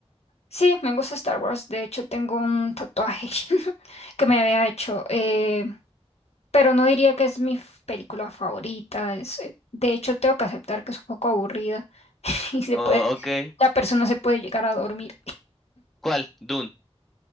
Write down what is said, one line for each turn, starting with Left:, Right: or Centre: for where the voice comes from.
Left: Sí, me gusta Star Wars. De hecho, tengo un tatuaje <laughs>
Centre: <laughs>
Left: que me había hecho. eh, pero no diría que es mi f- película favorita. es, eh, de hecho, tengo que aceptar que es un poco aburrida <laughs> y se
Centre: Oh,
Left: puede,
Centre: ok.
Left: la persona se puede llegar a dormir.
Centre: ¿Cuál? Dune.